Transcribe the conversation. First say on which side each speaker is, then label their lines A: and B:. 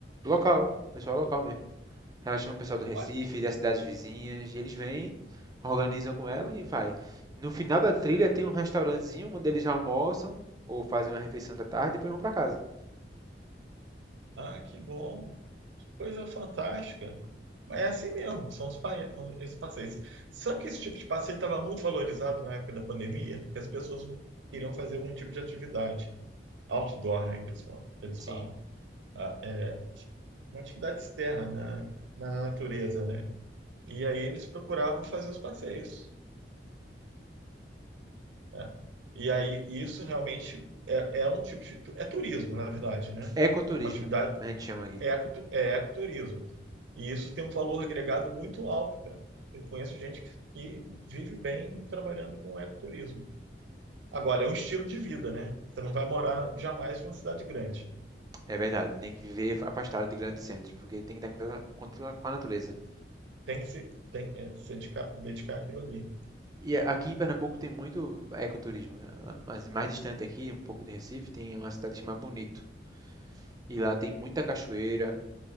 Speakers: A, on the right; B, on the right.
A: Local, pessoal local mesmo. Ela chama o pessoal do Recife,
B: Olha,
A: das cidades vizinhas, e eles vêm, organizam com ela e vai. No final da trilha tem um restaurantezinho onde eles almoçam ou fazem uma refeição da tarde e depois vão para casa.
B: Ah, que bom. Coisa fantástica. Mas é assim mesmo, são os pai- esses passeios. Sabe que esse tipo de passeio estava muito valorizado na época da pandemia? Porque as pessoas queriam fazer algum tipo de atividade. Outdoor, né, que eles falam. que eles falam.
A: Sim,
B: Ah, é, uma atividade externa né, na, na natureza, né? E aí eles procuravam fazer os passeios. né? E aí isso realmente é, é um tipo de... É turismo, na verdade, né?
A: ecoturismo,
B: É uma atividade
A: a gente chama aqui.
B: É, ecotu- é ecoturismo. E isso tem um valor agregado muito alto, cara. Eu conheço gente que que vive bem trabalhando com ecoturismo. Agora, é um estilo de vida, né? Você não vai morar jamais numa cidade grande.
A: É verdade, tem que viver afastado de grandes centros, porque tem que estar em contato contato com a natureza.
B: Tem que se, tem, é, se dedicar, dedicar àquilo ali.
A: E a- aqui em Pernambuco tem muito ecoturismo, né? mas mais distante aqui, um pouco de Recife, tem uma cidade que chama Bonito. E lá tem muita cachoeira,